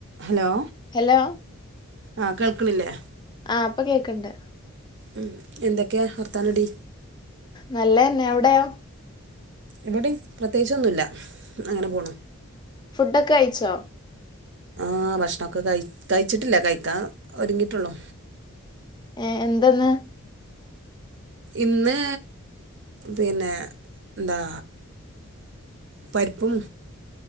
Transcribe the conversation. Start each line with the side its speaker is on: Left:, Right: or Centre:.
Right: Hello
Left: hello
Right: ആ കേൾക്കണില്ലേ
Left: ആ ഇപ്പൊ കേക്കണ്ട്
Right: ഉം എന്തൊക്കെയാ വർത്താനടി
Left: നല്ലെന്നെ അവടെയൊ
Right: ഇവടെം പ്രത്യേകിച്ചൊന്നൂല്ല അങ്ങനെ പോണ്
Left: ഫുഡൊക്കെഴിച്ചോ
Right: ആഹ് ഭക്ഷണൊക്കെ കയ് കയിച്ചിട്ടില്ല കഴിക്കാ ഒരുങ്ങിട്ടൊള്ളൂ
Left: ഏഹ് എന്തെന്ന്
Right: ഇന്ന് പിന്നെ ന്താ പരിപ്പും